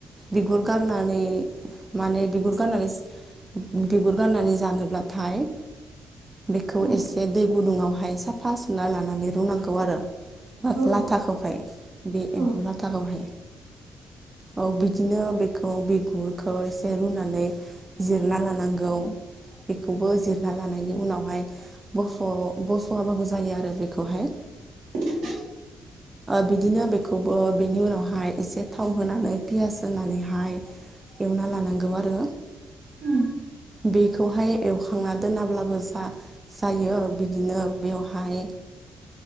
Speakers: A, on the right; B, on the right.
A: बिगुर गारनानै माने बिगुर गारनानै बिगुर गाननानै जानोब्लाथाय बेखौ
B: औ
A: एसे दै गुदुङावहाय साफा सुना लानानै रुनांगौ आरो ला
B: औ
A: खौहाय बे
B: औ
A: एम्फौ लाथाखौहाय औ बि बिदिनो बेखौ बिगुरखौ एसे रुनानै जिरना लानांगौ। बेखौबो जिरना लानायनि उनावहाय बस' बस'आबाबो जायो आरो बेखौहाय।
B: <inaudible>
A: बिदिनो बेखौबो बेनि उनावहाय एसे थाव होनानै पियास होनानैहाय एवना लानांगौ आरो।
B: उम
A: बेखौहाय एवखांना दोनाब्लाबो जा जायो बिदिनो बेवहाय